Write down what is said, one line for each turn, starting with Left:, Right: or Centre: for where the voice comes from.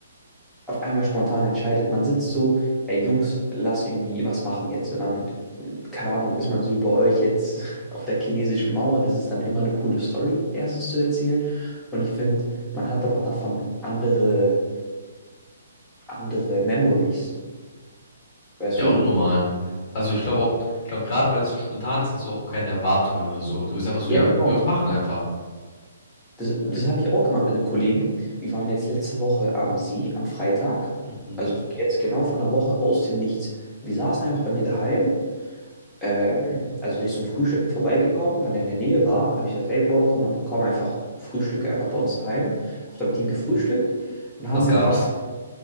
Centre: auf einmal spontan entscheidet, man sitzt so, ey Jungs, lass irgendwie was machen jetzt. Und dann, äh, keine Ahnung, ist man so über euch jetzt <laughs> auf der chinesischen Mauer, das ist dann immer eine coole Story, erstens zu erzählen. Und ich finde, man hat dann auch davon andere, andere Memories, weißt
Left: ja,
Centre: du?
Left: unnormal. Also ich glaube auch, ich glaube gerade weil es so spontan ist, hast du auch keine Erwartungen oder so. Du bist einfach so,
Centre: Ja,
Left: ja,
Centre: genau.
Left: wir müssen machen einfach.
Centre: Das, das habe ich auch gemacht mit einem Kollegen. Wir waren jetzt letzte Woche am See, am Freitag.
Left: Mhm.
Centre: Also jetzt genau vor einer Woche aus dem Nichts. Wir saßen einfach bei mir daheim. Ähm, also der ist zum Frühstücken vorbeigekommen, weil er in der Nähe war. Habe ich gesagt, hey Bro, komm, komm einfach, frühstücke einfach bei uns daheim. Habe dann mit ihm gefrühstückt. Und dann
Left: Was
Centre: haben wir
Left: gab's?
Centre: einfach,